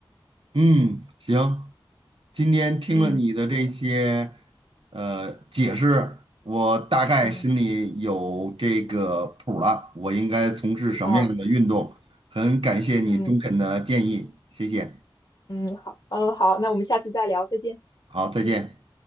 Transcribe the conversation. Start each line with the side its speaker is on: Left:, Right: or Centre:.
Right: 嗯，行，今天听了你的这些
Left: 嗯对，
Right: 呃解释，我大概心里有这个谱了，
Left: 嗯
Right: 我应该从事什么样的运动。
Left: 啊，
Right: 很感谢你中肯的建议，
Left: 嗯
Right: 谢谢。
Left: 嗯，好，嗯好，那我们下次再聊，再见。
Right: 好，再见。